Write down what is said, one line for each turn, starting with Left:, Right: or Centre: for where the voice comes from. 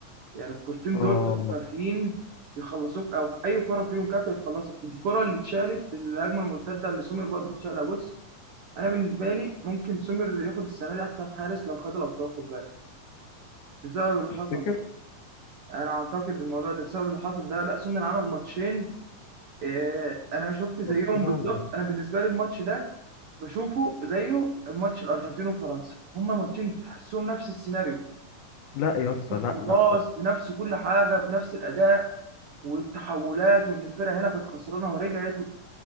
Right: يعني الكورتين
Left: اه
Right: دول كانوا كافيين يخلصوك او اي كره فيهم كافيه تخلصك الكره اللي اتشالت الهجمه المرتده اللي سومر برضه اتشالها بص انا بالنسبه لي ممكن سومر ياخد السنه دي احسن حارس لو خد الابطال خد بالك بسبب اللي
Left: تفتكر
Right: حصل ده انا اعتقد الموضوع ده بسبب اللي حصل ده لا سومر عمل ماتشين آه، انا شفت زيهم
Left: ماتشين
Right: بالظبط
Left: عمره
Right: انا بالنسبه لي الماتش ده بشوفه زيه ماتش الارجنتين وفرنسا هما ماتشين تحسهم نفس السيناريو
Left: لا يا
Right: نفس
Left: اسطى
Right: الحراس
Left: لا لا لا
Right: بنفس كل حاجه بنفس الاداء والتحولات وان الفرقه هنا كانت خسرانه ورجعت